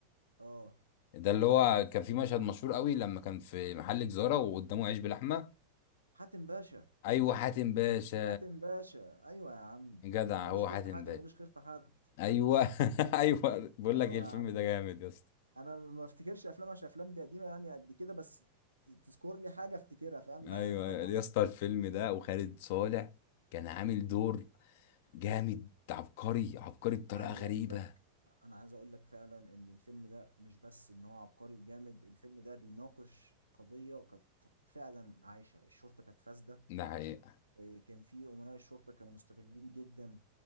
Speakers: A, on the right; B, on the left.
A: آه
B: ده اللي هو
A: ك- كان اسمه
B: كان في مشهد مشهور قوي لما كان في محل جزارة وقدامه عيش بلحمة
A: حاتم باشا
B: ايوه حاتم باشا
A: حاتم باشا أيوة يا عم
B: جدع
A: اللي ملوش
B: هو
A: خير
B: حاتم
A: في حاتم
B: باشا
A: ملوش خير في حد
B: ايوه <laughs> ايوه بقول
A: أيوة
B: لك ايه الفيلم
A: يا عم
B: ده جامد يا اسطى
A: أنا ما افتكرش أفلام عشان أفلام دي قديمة يعني قد كده بس تذكر لي حاجة افتكرها فاهم
B: ايوه
A: لا
B: يا
A: طبعا
B: اسطى الفيلم ده وخالد صالح كان عامل دور جامد عبقري عبقري بطريقه
A: انا عايز
B: غريبه
A: اقول لك انا عايز اقول لك فعلا ان الفيلم ده مش بس ان هو عبقري وجامد الفيلم ده بيناقش قضية كانت فعلا عايشة الشرطة كانت فاسدة
B: ده حقيقة
A: وكان في أمراء الشرطة كانوا مستغلين جدا